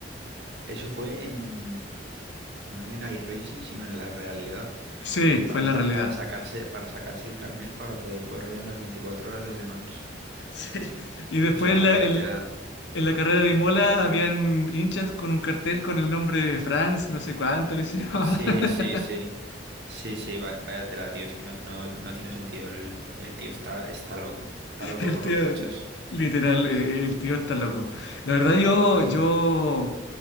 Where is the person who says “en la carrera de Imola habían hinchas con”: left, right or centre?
Left